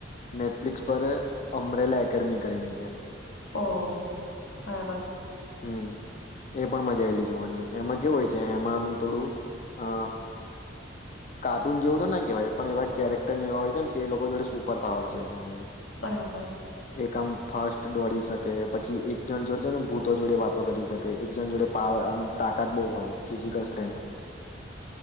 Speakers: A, on the left (about 40°); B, on the left (about 85°).
A: નેટફ્લિક્સ પર અમરેલા એકેડેમી કરીને છે.
B: ઓહ! બરાબર,
A: હમ્મ એ પણ મજા આવેયલી જોવાની એમાં કેવું હોય છે એમાં આમ થોડું અ કાર્ટૂન જેવું કેવાય પણ એવા કેરેક્ટર એવા હોય છે ને એ લોકો જોડે સુપર પાવર્સ હોય છે અમે.
B: બરાબર.
A: એક આમ ફર્સ્ટ દોડી શકે પછી એક જણ જોડે છે ને ભૂતો જોડે વાતો કરી શકે એક જણ જોડે આમ તાકાત બહુ હોય ફિઝિકલ સ્ટ્રેન્થ